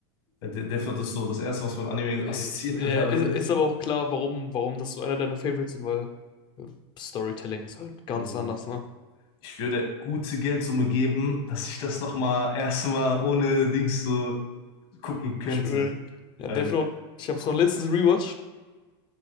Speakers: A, on the left (about 55°); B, on the left (about 30°).
A: Weil De- Death Note ist so das erste, was man Anime
B: äh,
A: assoziiert
B: ja,
A: <laughs> mittlerweile.
B: ist, ist
A: So.
B: aber auch klar, warum, warum das so einer deiner Favorites sind, weil äh, Storytelling ist halt ganz
A: Also,
B: anders, ne?
A: ich würde gute Geldsumme geben, dass ich das nochmal erstmal ohne Dings so gucken könnte.
B: Schön. Ja,
A: Weil,
B: Death Note, ich habe
A: boah,
B: es noch letztens rewatcht.